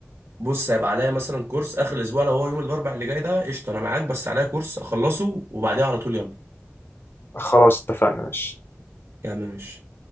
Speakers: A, on the right (about 80°); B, on the left (about 55°).
A: بص هيبقى عليا مثلا كورس اخر الاسبوع لو هو يوم الاربع اللي جاي ده قشطه انا معاك بس عليا كورس اخلصه وبعديها على طول يلا
B: خلاص اتفقنا ماشي
A: يا عم ماشي